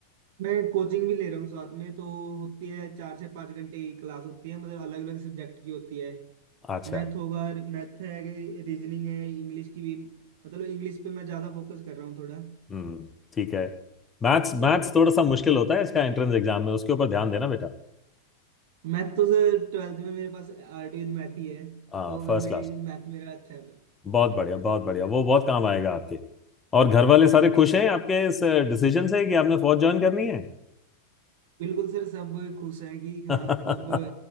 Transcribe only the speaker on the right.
मैं कोचिंग भी ले रहा हूँ साथ में तो होती है चार से पाँच घंटे की क्लास होती है मतलब अलग अलग सब्जेक्ट की होती है
मैथ होगा मैथ है रीजनिंग है इंग्लिश की भी मतलब इंग्लिश पे मैं ज्यादा फोकस कर रहा हूँ थोड़ा
जी
अंकल
मैथ तो सर ट्वेल्थ में मेरे पास आर्ट विद मैथ ही है
तो फिर
मेरी
मैथ मेरा अच्छा है
जी बिल्कुल
बिल्कुल सर सब खुश हैं कि
हाँ कब